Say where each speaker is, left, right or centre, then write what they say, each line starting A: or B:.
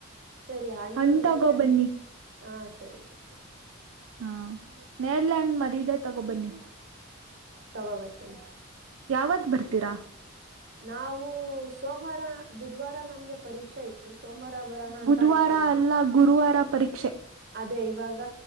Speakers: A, on the right; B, on the right.
A: ಸರಿ ಹಣ್ಣು
B: ಹಣ್
A: ನೆಲ್ಲಣ
B: ತಗೋ ಬನ್ನಿ
A: ಹಾ ಸರಿ ಸರಿ.
B: ಹಾ. ನೆರ್ಲೆಹಣ್ ಮರಿ ಇದೇ ತಗೋಬನ್ನಿ.
A: ತಗೋಬರ್ತೀಿ.
B: ಯಾವತ್ ಬರ್ತೀರಾ.
A: ನಾವು ಸೋಮವಾರ ಬುಧ್ವಾರ ನಮ್ಗೆ ಪರೀಕ್ಷೆ ಇತ್ತು ಸೋಮವಾರ ಬರೋಣ ಅಂತ
B: ಬುಧವಾರ
A: ಅನ್ಕೊಂಡೆ.
B: ಅಲ್ಲ ಗುರುವಾರ ಪರೀಕ್ಷೆ
A: ಅದೇ ಇವಾಗ